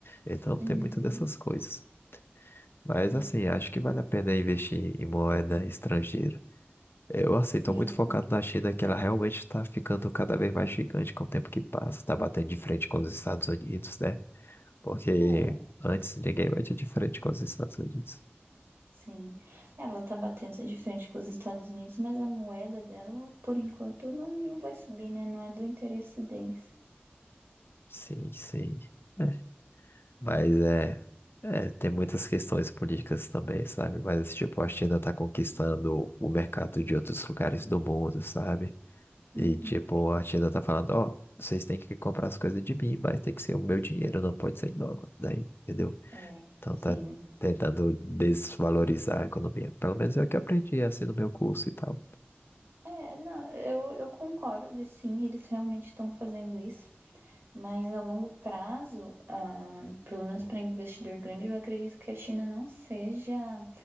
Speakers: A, on the left; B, on the right.
A: Então
B: Uhum,
A: tem muitas dessas coisas. Mas
B: é,
A: assim, acho que vale a pena investir em moeda estrangeira. Eu, assim,
B: sim.
A: tô muito focado na China, que ela realmente está ficando cada vez mais gigante com o tempo que passa, tá batendo de frente com os Estados Unidos, né? Porque
B: É,
A: antes ninguém batia de frente com os Estados Unidos.
B: Sim, ela tá batendo de frente com os Estados Unidos, mas a moeda dela, por enquanto, não, não vai subir, né? Não é do interesse deles.
A: Sim, sim. É, mas é, é, tem muitas questões políticas também, sabe? Mas, tipo, a China tá conquistando o mercado de outros lugares do mundo, sabe?
B: Uhum.
A: E, tipo, a China tá falando, ó, vocês têm que comprar as coisas de mim, mas tem que ser o meu dinheiro, não pode ser em dólar, daí, entendeu?
B: É,
A: Então
B: sim.
A: tá tentando desvalorizar a economia. Pelo menos é o que eu aprendi, assim, no meu curso e tal.
B: É, não, eu, eu concordo, sim, eles realmente estão fazendo isso, mas a longo prazo, ah, pelo menos para investidor grande, eu acredito que a China não seja